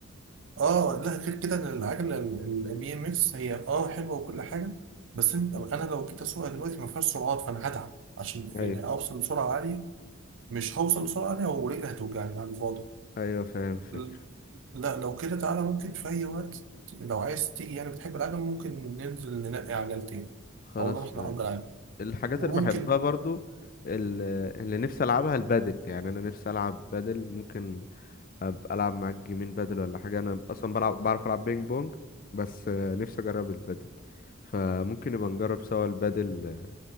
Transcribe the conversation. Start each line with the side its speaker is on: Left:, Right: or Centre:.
Right: اه لا غير كده إن العجله البي ام اس هي اه حلوه وكل حاجه بس انت انا لو جيت اسوقها دلوقتي ما فيهاش سرعات فانا هتعب عشان
Left: ايوه
Right: يعني اوصل لسرعه عاليه مش هوصل لسرعه عاليه ورجلي هتوجعني على الفاضي
Left: ايوه فاهم فكرة
Right: ل- لا لو كده تعالى ممكن في اي وقت لو عايز تيجي يعني بتحب العجل ممكن ننزل ننقي عجلتين
Left: خلاص
Right: او نروح
Left: ماشي
Right: نأجر عجل
Left: الحاجات
Right: وممكن
Left: اللي بحبها برضو ال- اللي نفسي العبها البادل يعني انا نفسي العب بادل ممكن ابقى العب معاك جيمين بادل ولا حاجه انا اصلا بلعب بعرف العب بينج بونج بس آه، نفسي اجرب البادل فممكن نبقى نجرب سوا البادل آه،